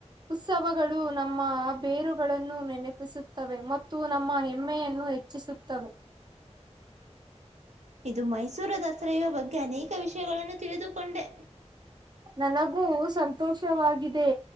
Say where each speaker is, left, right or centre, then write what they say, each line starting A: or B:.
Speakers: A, on the right; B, on the right.
A: ಉತ್ಸವಗಳು ನಮ್ಮ ಬೇರುಗಳನ್ನು ನೆನಪಿಸುತ್ತವೆ ಮತ್ತು ನಮ್ಮ ಹೆಮ್ಮೆಯನ್ನು ಹೆ ಹೆಚ್ಚಿಸುತ್ತವೆ
B: ಇದು ಮೈಸೂರು ದಸರೆಯ ಬಗ್ಗೆ ಅನೇಕ ವಿಷಯಗಳನ್ನು ತಿಳಿದುಕೊಂಡೆ.
A: ನನಗೂ ಸಂತೋಷವಾಗಿದೆ.